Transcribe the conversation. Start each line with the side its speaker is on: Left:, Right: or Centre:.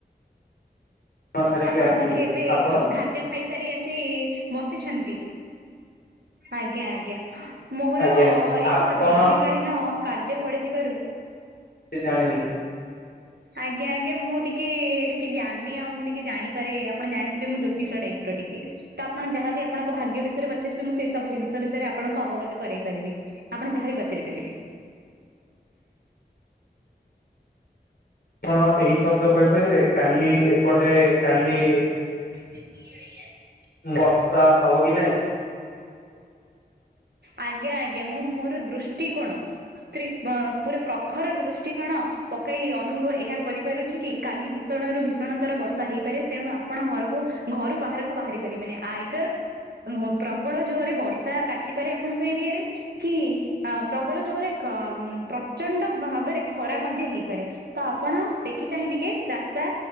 Left: କାମ ସାରିକି
Right: ଆପଣ
Left: ଆସିଲୁ
Right: ବୋଧେ ଏବେ
Left: ଆପଣ
Right: ଖାଦ୍ୟ ଖାଇ ସାରି ଆସି ବସିଛନ୍ତି ଆଜ୍ଞା ଆଜ୍ଞା। ମୋର
Left: ଆଜ୍ଞା
Right: ଏଖ
Left: ଆପଣ
Right: ଜରୁରୀ କାଳୀନ କାର୍ଯ୍ୟ ପଡିଯିବାରୁ
Left: ସେ ଜାଣିଲି।
Right: ଆଜ୍ଞା ଆଜ୍ଞା ମୁଁ ଟିକେ ଟିକେ ଜ୍ଞାନୀ ଆଉ ମୁଁ ଟିକେ ଜାଣିପାରେ ଆପଣ ଜାଣିଥିବେ ମୁଁ ଜ୍ୟୋତିଷ ଟାଇପ୍ର ଟିକେ। ତ ଆପଣ ଯାହା ବି ଆପଣଙ୍କ ଭାଗ୍ୟ ବିଷୟରେ ପଚାରିବେ ମୁଁ ସେଇ ସବୁ ଜିନ୍ଷ ବିଷୟରେ ଆପଣଙ୍କ ଅବଗତ କରେଇ ପାରିବି। ଆପଣ ଯାହାବି ପଚାରି ପାରିବେ?
Left: ଆପଣ ଏଇ ଶବ୍ଦ କହିପାରିବେ କାଲି ଏପଟେ କାଲି
Right: <inaudible>
Left: ବର୍ଷା ହବ କି ନାଇଁ?
Right: ଆଜ୍ଞା ଆଜ୍ଞା ମୁଁ ମୋର ଦୂଷ୍ଟି କୋଣ ତ୍ରି ପୁରା ପ୍ରଖର ଦୃଷ୍ଟିକୋଣ ପକାଇ ଅନୁଭବ ଏହା କରିପାରୁଛି କି କାଲି ଭୀଷଣ ରୁ ଭୀଷଣ ତର ବର୍ଷା ହେଇପାରେ ତେଣୁ ଆ ଆପଣ ଘରୁକୁ ଘରୁ ବାହାରକୁ ବାହାରି ପାରିବେନି ଆଇଦର୍ ଓ ପ୍ରବଳ ଜୋର୍ରେ ବର୍ଷା କାଚିପାରେ ଆପଣଙ୍କ ଏରିଆରେ। କି ଅ ପ୍ରବଳ ଯୋର୍ କ ପ୍ରଚଣ୍ଡ ଭାବରେ ଖରା ମଧ୍ୟ ହେଇପାରେ। ତ ଆପଣ ଦେଖି ଚାହିଁ ଟିକେ ରାସ୍ତା